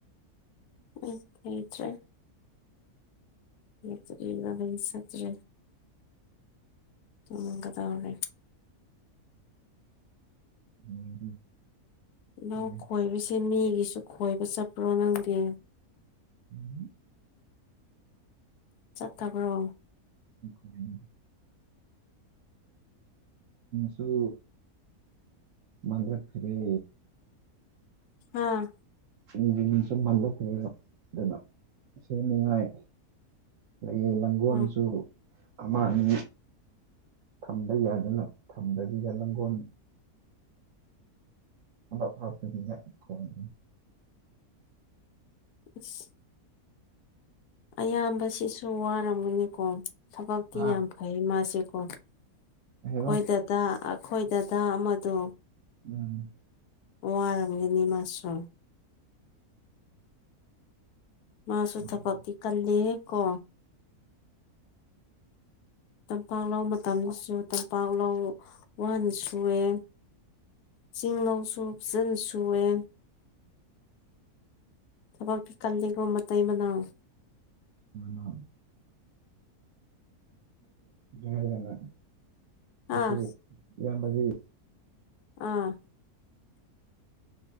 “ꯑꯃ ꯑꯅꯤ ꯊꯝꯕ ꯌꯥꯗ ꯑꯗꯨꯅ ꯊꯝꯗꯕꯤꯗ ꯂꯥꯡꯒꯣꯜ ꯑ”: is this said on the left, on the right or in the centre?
Right